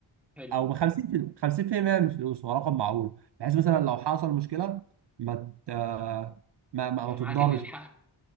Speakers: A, in the centre; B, on the right.
A: حلو
B: أو ب 50 50% من الفلوس هو رقم معقول بحيث مثلا لو حصل مشكلة ما ت- ما ما
A: يبقى
B: ما تتضرش
A: معاك اللي يلحقك